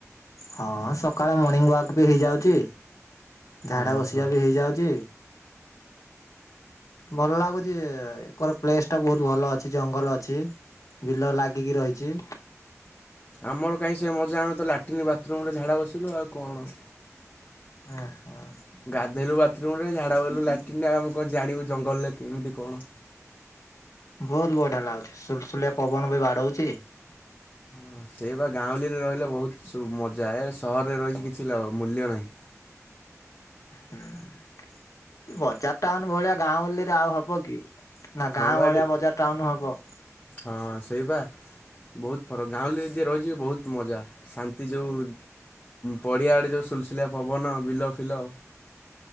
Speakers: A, on the left (about 80°); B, on the left (about 30°).
A: ହଁ ସକାଳ ମର୍ଣିିଂ ୱାକ୍ ବି ହେଇଯାଉଚି ଝାଡ଼ା
B: ଓହୋ।
A: ବସିଆ ବି ହେଇଯାଉଚି ଭଲ ଲାଗୁଚି ଏକର ପ୍ଲେସ୍ ଟା ବହୁତ୍ ଭଲ ଅଛି ଜଙ୍ଗଲ ଅଛି ବିଲ ଲାଗିକି ରହିଛି।
B: ଆମର କାଇଁ ସେ ମଜା ଆମେ ତ ଲାଟିନ୍ ବାଥରୁମ୍ ରେ ଝାଡ଼ା ବସିଲୁ ଆଉ କଣ।
A: ଓହୋ।
B: ଗାଧେଇଲୁ ବାଥରୁୁମ୍ ରେ ଝାଡ଼ା ଗଲୁ ଲାଟିନି୍ ରେ ଆମେ କଁ ଜାଣିବୁ ଜଙ୍ଗଲରେ କେମିତି କଣ।
A: ବହୁତ୍ ବଢ଼ିଆ ଲାଗୁଚି ସୁଲୁ ସୁଲିଆ ପବନ ବି ବାଡଉଚି
B: ହଁ ସେଇ ବା ଗାଁଉଲି ରେ ରହିଲେ ବହୁତ୍ ମଜା ଏ ସହରରେ ରହିକି କିଛି ଲା ମୂଲ୍ୟ ନାହିଁ।
A: ହୁଁ ବଜାର ଟାଉନ୍ ଭଳିଆ ଗାଉଁଲି ରେ ଆଉ ହବ କି? ନା
B: ହଁ
A: ଗାଁ
B: ବା
A: ଭଳିଆ
B: ଏଠି
A: ବଜାର ଟାଉନ୍ ହବ।
B: ହଁ ସେଇ ବା। ବହୁତ ଫରକ୍ ଗାଉଁଲି ରେ ଯିଏ ରହିଚି ବହୁତ ମଜା ଶାନ୍ତି ଯୋଉ ପଡ଼ିଆ ଆଡ଼େ ଯୋଉ ସୁଲସୁଲିଆ ପବନ ବିଲ ଫିଲ